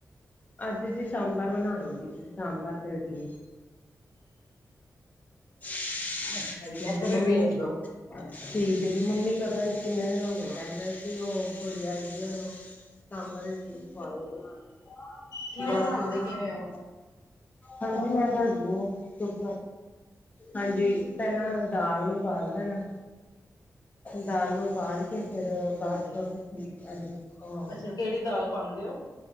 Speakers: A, on the left (about 25°); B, on the left (about 85°).
A: ਅੱਜ ਅਸੀਂ ਸਾਂਬਰ ਬਣਾ ਲਗੀ ਸਾਂਬਰ ਤੇ ਇਡਲੀ <inaudible>
B: ਅੱਛਾ ਜੀ
A: ਹਾਂਜੀ
B: ਇੱਧਰ
A: ਮੰਮੀ
B: ਵੀ ਭੇਜ ਦੋ
A: <inaudible> ਠੀਕ ਜੀ ਮੰਮੀ ਕਦਾ ਨ ਕਿੰਨੇ ਦਿਨ ਹੋ ਗਏ ਕਹਿੰਦੇ ਸੀ ਉਹ ਕੁੜੀ ਆਈ ਦੀ ਉਹਨੂੰ ਸਾਂਬਰ ਇਡਲੀ ਖਵਾ ਦੇ ਬਣਾ ਕੇ
B: ਕਿਵੇਂ
A: <inaudible> ਬੱਸ
B: ਬਣਾਉਂਦੇ
A: ਉਹੀ
B: ਕਿਵੇਂ ਹੋ
A: ਹਾਂਜੀ, ਮੈਂ ਦੱਸਦੀ ਹਾਂ ਚੁਪ ਹਾਂਜੀ- ਪਹਿਲਾਂ ਦਾਲ ਨੂੰ ਉਬਾਲ ਲੈਣਾ- ਦਾਲ ਨੂੰ ਬਾਲ ਕੇ ਫਿਰ ਬਾਅਦ
B: ਹਾਂਜੀ
A: ਚਹ
B: ਅੱਛਾ ਕਿਹੜੀ ਦਾਲ ਪਾਉਦੇ ਹੋ।